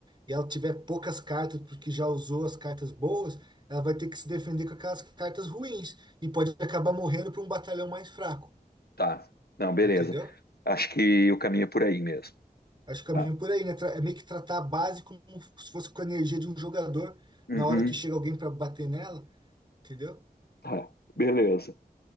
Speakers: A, on the right; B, on the left.
A: e ela tiver poucas cartas porque já usou as cartas boas, ela vai ter que se defender com aquelas cartas ruins e pode acabar morrendo para um batalhão mais fraco,
B: tá. Não, beleza.
A: entendeu?
B: Acho que o caminho é por aí mesmo.
A: Acho que o
B: Tá.
A: caminho por aí, né? Tra- É meio que tratar a base como se fosse com a energia de um jogador
B: Uhum,
A: na hora que chega alguém para bater nela, entendeu?
B: tá, beleza.